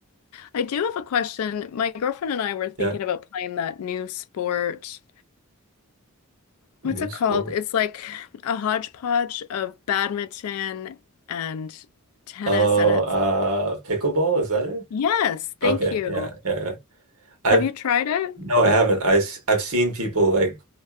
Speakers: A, on the left; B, on the right.
A: I do have a question. My girlfriend and I were thinking
B: Yeah.
A: about playing that new sport. What's
B: New
A: it
B: sport.
A: called? It's like a hodgepodge of badminton and tennis,
B: Oh,
A: and it's
B: uh pickleball, is that it?
A: yes, thank
B: Okay,
A: you.
B: yeah, yeah, yeah. I've
A: Have you tried it?
B: No, I haven't. I have seen people like